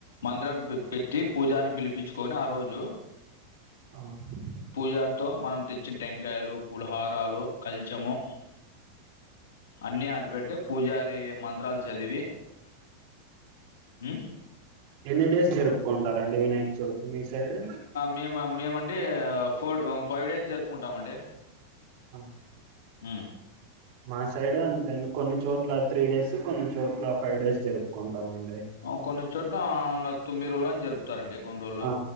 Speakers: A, on the left (about 55°); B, on the right (about 50°).
A: మందిరం పెట్టి పూజారిని పిలిపిచ్చుకొని ఆ రోజు
B: అవును
A: పూజారితో మనం తెచ్చిన టెంకాయలు పూలహారాలు కల్చము అన్నీ ఆడపెడితే పూజారి మంత్రాలు చదివి ఉమ్
B: ఎన్ని డేస్ జరుపుకుంటారండి వినాయక్ చవితి మీ సైడ్
A: మేమా మేమండి ఫోర్ ఆ ఫైవ్ డేస్ జరుపుకుంటామండి
B: ఆ
A: ఊ
B: మా సైడు అంతే అండి కొన్ని చోట్ల త్రీ డేస్ కొన్ని చోట్ల ఫైవ్ డేస్ జరుపుకుంటామండి
A: ఆ కొన్ని చోట్ల ఆ ఇంగ తొమ్మిది రోజలు కానీ జరుపుతారండి కొన్ని రోజులు
B: ఆ